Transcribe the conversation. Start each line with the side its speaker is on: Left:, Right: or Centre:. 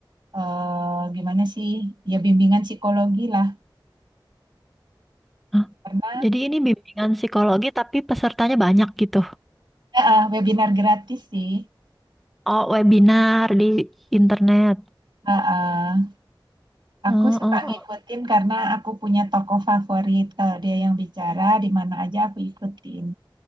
Right: eh, gimana sih ya bimbingan psikologi lah
Centre: Hah,
Right: karena
Centre: Jadi ini bimbingan psikologi tapi pesertanya banyak gitu.
Right: eh, eh, webinar gratis sih.
Centre: Oh webinar di internet.
Right: Eh, eh.
Centre: Oh
Right: Aku suka
Centre: oh
Right: ngikutin
Centre: oh.
Right: karena aku punya tokoh favorit. Kalau dia yang bicara, di mana aja aku ikutin.